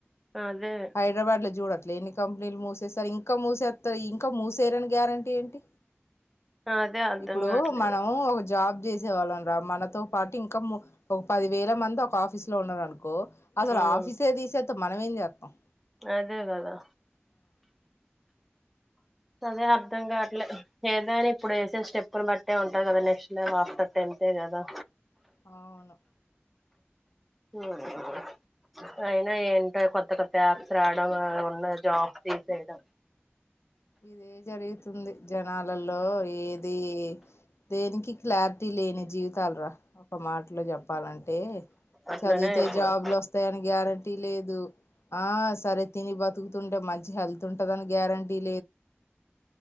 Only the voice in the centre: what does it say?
అదే
అదే అర్ధం
కావట్లేదు
మ్మ్
అదే కదా అదే అర్ధం కావట్ల ఏదా అని ఇప్పుడు వేసే స్టెప్పులు బట్టే ఉంటాది కదా నెక్ట్ ఆఫ్టర్ టెన్త్ే కదా
హమ్ అయినా ఏంటో కొత్త కొత్త యాప్స్ రావడం ఉన్న జాబ్స్ తీసేయడం.
అట్లనే
అయిపోదు